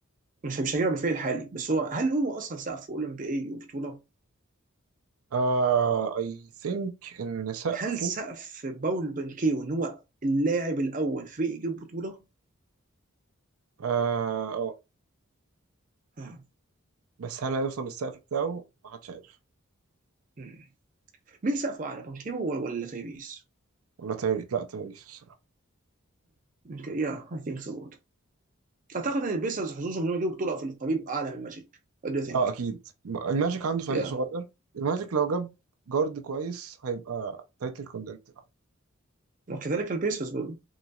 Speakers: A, on the right (about 35°); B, on the right (about 90°).
A: مش مش هجيبها بالفعل الحالي بس هو هل هو اصلا سقف اولمبي بي اي وبطوله؟
B: اه اي ثينك ان سقفه
A: هل سقف باولو بانكيرو ان هو اللاعب الاول في يجيب بطوله؟
B: اه اه
A: آه.
B: بس هل هيوصل للسقف بتاعه ما حدش عارف
A: مم. مين سقفه اعلى بانكيرو ولا تايبيس؟
B: ولا تايريس لا تايريس الصراحه
A: يا اي ثينك سو اعتقد ان البيسرز حظوظهم انهم يجيبوا بطوله افريقيا بيبقى اعلى من الماجيك وات دو ثينك
B: اه اكيد الماجيك عنده فريق
A: يا
B: صغير الماجيك لو جاب جارد كويس هيبقى تايتل كوندنت
A: وكذلك البيسرز برضه